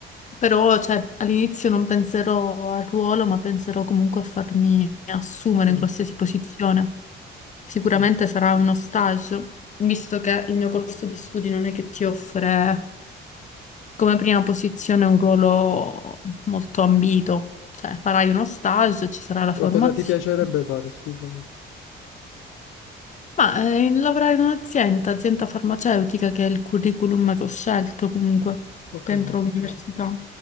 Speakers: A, on the left (about 40°); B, on the left (about 85°).
A: Però, cioè, all'inizio non penserò al ruolo, ma penserò comunque a farmi assumere
B: ok,
A: in qualsiasi posizione. Sicuramente
B: sì.
A: sarà uno stage, visto che il mio corso di studi non è che ti offre come prima posizione è un ruolo molto ambito, cioè farai uno stage, ci sarà la
B: Ma
A: formazione.
B: cosa ti piacerebbe fare? Scusami,
A: Ma eh, lavorare in un'azienda, azienda farmaceutica, che è il curriculum che ho scelto comunque
B: ho capito.
A: dentro l'università,